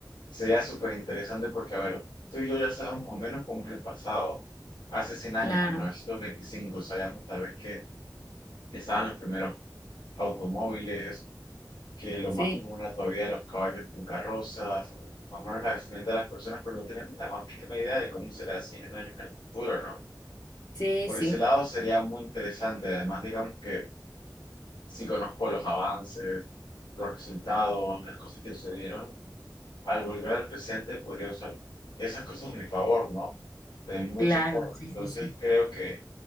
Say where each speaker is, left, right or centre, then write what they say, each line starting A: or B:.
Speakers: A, on the left; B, on the left.
A: Sería súper interesante porque, a ver, tú y yo ya sabemos más o menos cómo es el pasado. Hace cien años,
B: Claro,
A: mil novecientos veinticinco sabíamos tal vez que estaban los primeros automóviles, que lo
B: sí,
A: más común era todavía los caballos con carrozas, más o menos la vestimenta de las personas, pero no tenemos la más mínima idea de cómo será 100 años en el futuro, ¿no?
B: sí,
A: Por
B: sí,
A: ese lado sería muy interesante. Además, digamos que sí conozco los avances, los resultados, las cosas que sucedieron, al volver al presente podría usar esas cosas a mi favor, ¿no? De muchas
B: claro,
A: formas.
B: sí,
A: Entonces
B: sí, sí.
A: creo que